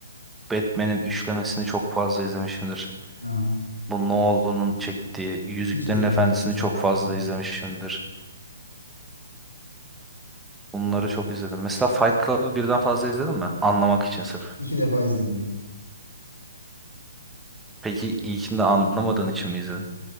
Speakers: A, in the centre; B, on the left.
A: Batman'in üçlemesini çok fazla izlemişimdir.
B: Hı hı.
A: Bu Nolan'ın çektiği Yüzüklerin
B: Hiç izlemedim
A: Efendisi'ni
B: mesela
A: çok fazla
B: Batman.
A: izlemişimdir. Bunları çok izledim. Mesela Fight Club'ı birden fazla izledin mi? Anlamak için sırf.
B: İki defa izledim.
A: Peki ilkini de anlamadığın için mi izledin?